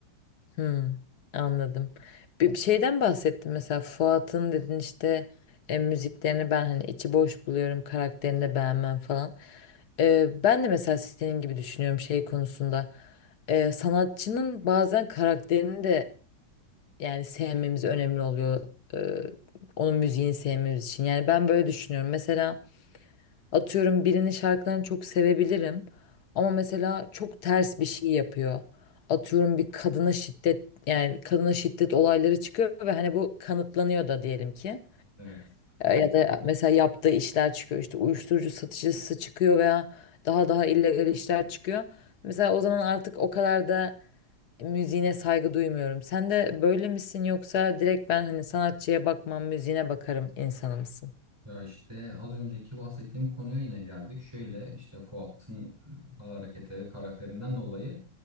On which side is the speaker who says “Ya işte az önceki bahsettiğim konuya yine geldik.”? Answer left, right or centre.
Right